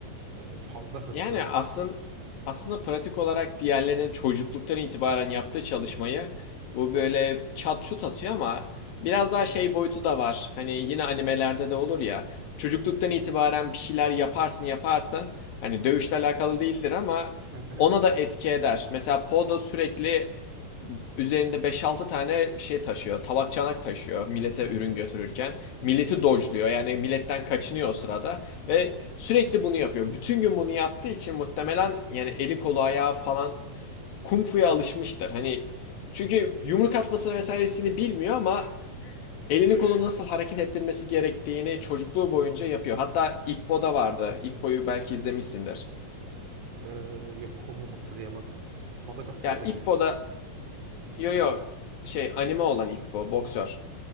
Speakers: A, on the right; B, on the left.
A: Eee, fazla hızlı.
B: Yani aslında aslında pratik olarak diğerlerinin çocukluktan itibaren yaptığı çalışmayı bu böyle çat şut atıyor ama biraz daha şey boyutu da var. Hani yine animelerde de olur ya. Çocukluktan itibaren bir şeyler yaparsın yaparsın. Hani dövüşle alakalı değildir ama
A: Hı hı.
B: ona da etki eder. Mesela Poe da sürekli üzerinde beş altı tane şey taşıyor. Tabak çanak taşıyor millete
A: Evet.
B: ürün götürürken. Milleti dojluyor yani milletten kaçınıyor o sırada. Ve sürekli bunu yapıyor. Bütün gün bunu yaptığı için muhtemelen yani eli kolu ayağı falan kung fu'ya alışmıştır. Hani çünkü yumruk atmasını vesairesini bilmiyor ama elini kolunu nasıl hareket ettirmesi gerektiğini çocukluğu boyunca yapıyor. Hatta Ippo'da vardı. Ippo'yu belki izlemişsindir.
A: Eee, yok onu hatırlayamadım. Madagaskar'daki
B: Ya Ippo'da
A: ip.
B: yo yo şey anime olan Ippo boksör.